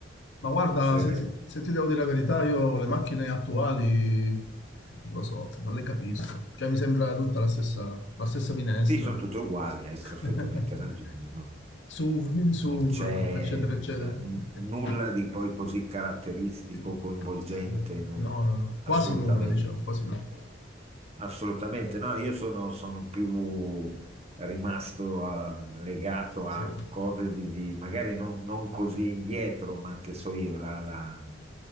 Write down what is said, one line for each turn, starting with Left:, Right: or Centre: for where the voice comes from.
Left: Ma guarda,
Right: Posso dire,
Left: se ti, se ti devo dire la verità, io le macchine attuali, non lo so, non le capisco. Cioè, mi sembra tutta la stessa, la stessa minestra.
Right: Sì, sono tutte uguali, hai perfettamente
Left: <laughs>
Right: ragione. no?
Left: SUV, mini SUV,
Right: Non c'è
Left: eccetera, eccetera.
Right: eh, n-
Left: <laughs>
Right: nulla di poi così caratteristico,
Left: Sì,
Right: coinvolgente,
Left: sì.
Right: non-
Left: No, no, no.
Right: assolutamente.
Left: Quasi nulla, diciamo, quasi no.
Right: Assolutamente, no, io sono, sono più rimasto a- legato
Left: Sì,
Right: a cose di, di- magari non, non così indietro, ma che so io, la, la,